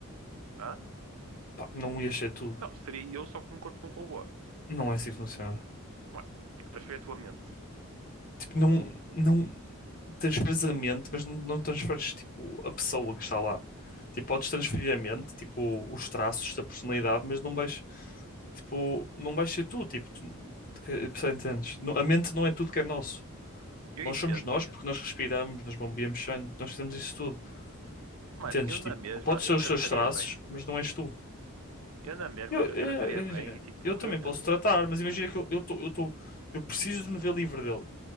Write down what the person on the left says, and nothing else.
Pá, não ia ser tu.
Não é assim que funciona.
Tipo, não, não transferes a mente, mas não, não transferes tipo a pessoa que está lá. Tipo, podes transferir a mente, tipo os traços da personalidade, mas não vais Tipo, não vais ser tu, tipo, tu, que- percebes, entendes? Não- A mente não é tudo que é nosso.
Nós
somos nós porque nós respiramos, nós bombeamos sangue, nós fazemos isso tudo.
Entendes?
Tipo,
pode ser
os
teus traços,
mas não és tu.
Eu,
eu,
eu,
eu também
posso tratar, mas imagina que eu eu tô, eu tô, eu preciso de me ver livre dele.